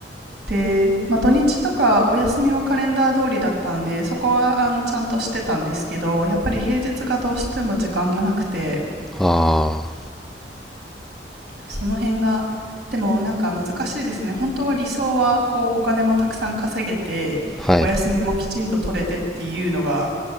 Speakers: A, on the right; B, in the centre.
A: で、まあ、土日とかお休みはカレンダー通りだったんでそこはあのちゃんとしてたんですけどやっぱり平日がどうしても時間がなくて
B: あ
A: その辺がでもなんか難しいですね本当は理想はこうお金もたくさん稼げてお休みもきちんと取れてっていうのが
B: あ、はい。